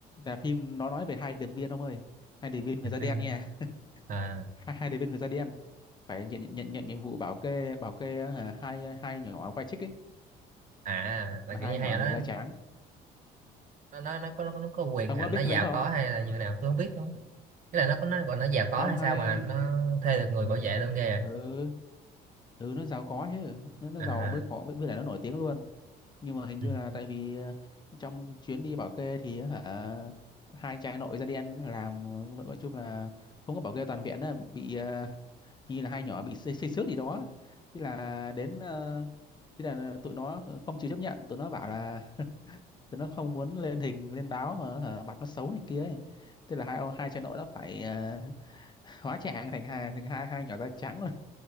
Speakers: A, on the left; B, on the right.
A: là phim nó nói về hai điệp viên ông ơi hai điệp viên người
B: Điệp
A: da
B: viên
A: đen nha
B: à
A: <laughs> hai hai điệp viên người da đen phải nhận nhận nhận nhiệm vụ bảo kê bảo kê ờ, hai ờ, hai nhỏ quay chích ấy
B: à là
A: là
B: kiểu
A: hai
B: như hay
A: nhỏ người
B: là đó
A: da trắng
B: nó nó nó có nó có quyền
A: ông
B: hành
A: có biết
B: nó giàu
A: phim đấy không
B: có hay là như nào tôi không biết Thế là nó có nó gọi nó giàu có
A: không
B: hay
A: hai
B: sao mà nó thuê được người bảo vệ luôn ghê vậy?
A: ừ ừ nó giàu có chứ nó nó
B: À,
A: giàu mới có với với lại nó nổi tiếng luôn nhưng mà hình như
B: ừ.
A: là tại vì ờ, trong chuyến đi bảo kê thì hả hai trai nội da đen làm nói chung là không có bảo kê toàn viện á, bị ờ, hình như là hai nhỏ bị xây, xây xước gì đó tức là đến ờ, tức là tụi nó không chịu chấp nhận tụi nó bảo là thì nó không muốn lên hình lên báo mà hả, mặt nó xấu này kia ấy. Thế là hai ông hai cha nội đã phải ờ, <laughs> hóa trang thành hai thành hai hai nhỏ da trắng rồi.